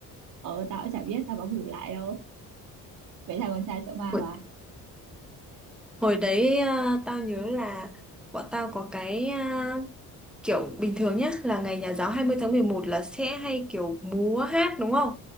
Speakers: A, on the right (about 65°); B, in the centre.
A: ờ tao cũng chả biết tao có ngủ lại đâu mấy thằng con trai sợ ma
B: hồi
A: mà
B: hồi đấy à, tao nhớ là bọn tao có cái à, kiểu bình thường nhá là ngày nhà giáo 20 tháng 11 là sẽ hay kiểu múa hát đúng không